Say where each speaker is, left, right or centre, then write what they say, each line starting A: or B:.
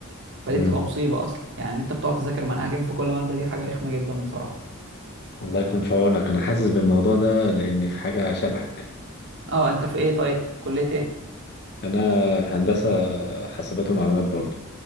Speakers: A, on the right; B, on the left.
A: فدي
B: مم.
A: بتبقى مصيبه اصلا يعني إن انت بتقعد تذاكر منهجين في كل ماده دي حاجه رخمه جدا بصراحه
B: الله يكون في عونك انا حاسس بالموضوع ده لاني في حاجه شبهك
A: اه انت في ايه طيب في كليه ايه
B: انا في هندسه حاسبات ومعلومات برضه